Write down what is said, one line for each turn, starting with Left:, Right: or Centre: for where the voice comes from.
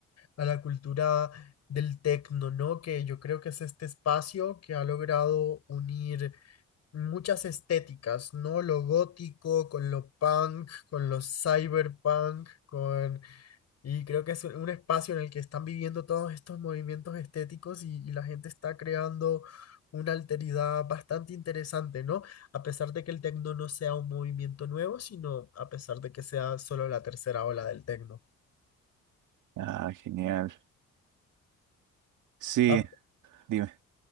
Left: a la cultura del techno, ¿no? Que yo creo que es este espacio que ha logrado unir muchas estéticas, ¿no? Lo gótico, con lo punk, con lo cyberpunk, con... Y creo que es un un espacio en el que están viviendo todos estos movimientos estéticos y, y la gente está creando una alteridad bastante interesante, ¿no? A pesar de que el tecno no sea un movimiento nuevo, sino a pesar de que sea solo la tercera ola del tecno.
Right: Ah, genial. Sí,
Left: Ha-
Right: dime.